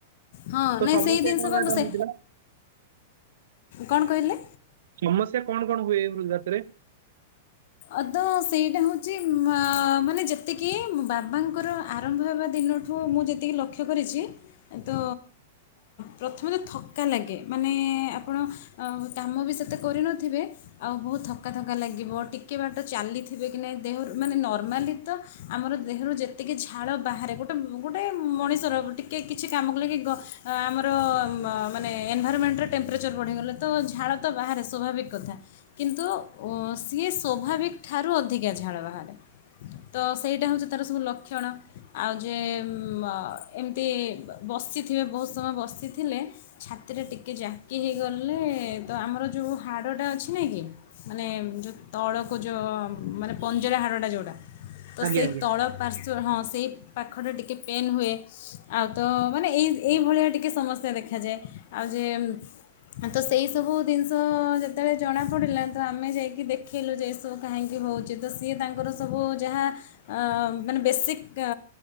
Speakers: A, on the left; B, on the right.
A: ହଁ
B: ତ
A: ନାଇଁ
B: ସମସ୍ୟା
A: ସେଇ ଦିନିଷ
B: କଣ
A: ପା
B: ମ୍ୟାଡାମ
A: ମୁଁ ସେ
B: ହେଇଥିଲା?
A: କଣ କହିଲେ
B: ସମସ୍ୟା କଣ କଣ ହୁଏ ହୃଦଘାତରେ?
A: ଅଦ ସେଇଟା ହଉଛି ମା ମାନେ ଯେତିକି ବାବାଙ୍କର ଆରମ୍ଭ ହେବା ଦିନ ଠୁ ମୁଁ ଯେତିକି ଲକ୍ଷ୍ୟ କରିଛି। ତ ପ୍ରଥମେ ତ ଥକ୍କା ଲାଗେ ମାନେ ଆପଣ ଆଉ କାମ ବି ସେତେ କରିନଥିବେ ଆଉ ବହୁତ ଥକା ଥକା ଲାଗିବ ଟିକେ ବାଟ ଚାଲିଥିବେ। କି ନା ଦେହରୁ ମାନେ ନର୍ମାଲି ତ ଆମର ଦେହରୁ ଯେତିକି ଝାଳ ବାହାରେ ଗୋଟେ ଗୋଟେ ମଣିଷର ଟିକେ କିଛି କାମ କଲେ କି ଗ ଆମର ମ ମାନେ ଏନଭାଇରମେଣ୍ଟର ଟେମ୍ପରେଚର୍ ବଢ଼ିଗଲେ ତ ଝାଳ ତ ବାହାରେ ସ୍ୱାଭାବିକ କଥା। କିନ୍ତୁ ଉଁ ସିଏ ସ୍ୱାଭାବିକ ଠାରୁ ଅଧିକା ଝାଳ ବାହାରେ। ତ ସେଇଟା ହଉଛି ତାର ସବୁ ଲକ୍ଷଣ। ଆଉ ଯେ ମ ଏମିତି ବସିଥିବେ ବହୁତ ସମୟ ବସିଥିଲେ। ଛାତିଟା ଟିକେ ଜାକି ହେଇଗଲେ ତ ଆମର ଯୋଉ ହାଡ଼ଟା ଅଛି ନାଁ କି? ମାନେ ଯ ତଳକୁ ଯୋଉ ମାନେ ପଞ୍ଜରା ହାଡ଼ଟା ଯୋଉଟା ତ
B: ଆଜ୍ଞା
A: ସେଇ
B: ଆଜ୍ଞା
A: ତଳ ପାର୍ଶ୍ ହଁ ସେଇ ପାଖରେ ଟିକେ ପେନ୍ ହୁଏ ଆଉ ତ ମାନେ ଏଇ ଏଇ ଭଳିଆ ଟିକେ ସମସ୍ୟା ଦେଖାଯାଏ ଆଉ ଯେ ତ ସେଇ ସବୁ ଜିନିଷ ଯେତେବେଳେ ଜଣାପଡ଼ିଲା ତ ଆମେ ଯାଇକି ଦେଖ ଖେଲୁ ଯେ ଏସବୁ କାହିଁକି ହଉଛି ତ ସିଏ ତାଙ୍କର ସବୁ ଯାହା ଅ ମାନେ ବେସିକ୍ କ